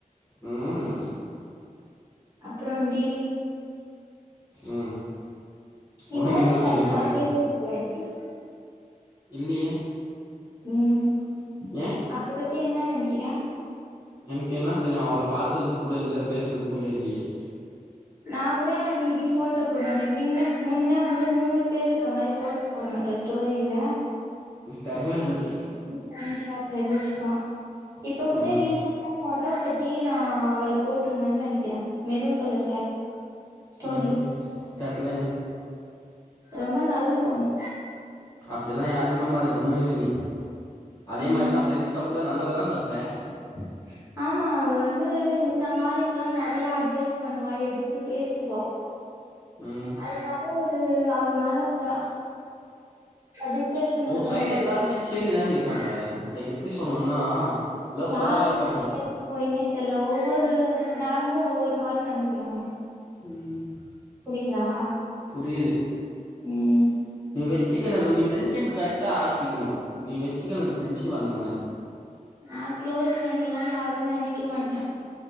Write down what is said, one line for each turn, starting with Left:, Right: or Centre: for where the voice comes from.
Left: ம் ம்
Right: அப்றோன் டி
Left: ம்
Right: நீ
Left: உனக்கு
Right: மோனிஷாட்டல்லா
Left: என்ன தெரியு சமைக்க
Right: பேசிற்கியாடி
Left: இல்லயே
Right: ம்.
Left: ஏ
Right: அவள பத்தி என்ன நினைக்கிறே.
Left: எனக்கு என்ன தெரியு அவள பாத்தது கூட இல்ல, பேசினது கூட இல்லையே.
Right: நா கூட அடிக்கடி ஃபோட்டோ போடுவனே, மின்ன முன்ன வ ந்து மூணு பேர் இருக்க மாரி ஃபோட் போட மாட்டே ஸ்டோரில,
Left: தெர்ல எனக்கு
Right: <inaudible> ப்ரனிஷா பிரதிஷ்கா இப்ப கூட
Left: ம்
Right: ரீசன் டா பொடவ கட்டி நா அவள போட்ருந்தன் நெனைக்கிறே மெரூன் கலர் சே <inaudible> ஸ்டோரி
Left: ம் தெர்ல எனக்கு
Right: ரொம்ப நல்ல பொண்ணு
Left: அப்டில்லா யாரையு நம்பாத கம்மமுனு இரு நீ. அதே
Right: ம்.
Left: மாதிரிதா பிரதீஷ்கா கூட நல்லவதா சொன்னே.
Right: <unintelligible> ஆமா அவ வந்து இந்த மாரிக்லா நெறைய அட்வைஸ் பண்ணுவா, எடுத்து பேசுவா.
Left: ம்
Right: அதனால ஒரு அவ மேல ஒரு டிப்ரெஷன்ல
Left: ஒரு
Right: இருக்கும்
Left: சைடு
Right: போது
Left: எல்லாருமே சேரி தாண்டி இருக்காங்க
Right: <inaudible>
Left: லைக் எப்டி சொல்ணுன்னா
Right: ம்.
Left: லோக்கலா
Right: யாரு
Left: இருக்காங்க
Right: <inaudible> பொய்யின்னே தெர்ல. ஒவ்வொரு நேரமு ஒவ்வொரு மாரி நடந்துகிறாங்க.
Left: ம்
Right: புரியுதா
Left: புரியுது
Right: ம்
Left: நீ வச்சுக்கணு இது வ நீ ஃப்ரெண்ட்ஷிப் கரெக்ட்டா ஆக்கிக்கணு நீ வச்சுக்கனது ஃப்ரெண்ட்ஷிப் அந்த மாரி
Right: ஆ க்ளோஸ் ஃப்ரெண்ட்லா யாரும் நெனைக்க மாட்டே